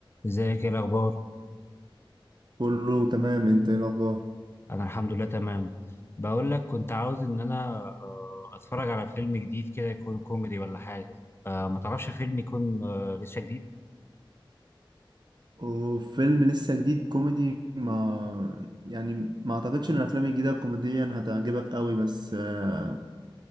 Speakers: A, on the left (about 25°); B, on the right (about 55°).
A: ازيك ايه الاخبار
B: كله تمام انت ايه الاخبار
A: انا الحمد لله تمام بقول لك كنت عاوز ان انا آه، اتفرج على فيلم جديد كده يكون كوميدي ولا حاجه آه، ما تعرفش فيلم يكون آه، لسه جديد
B: وفيلم لسه جديد كوميدي ما يعني ما اعتقدش ان الافلام الجديده كوميديا هتعجبك قوي بس آه،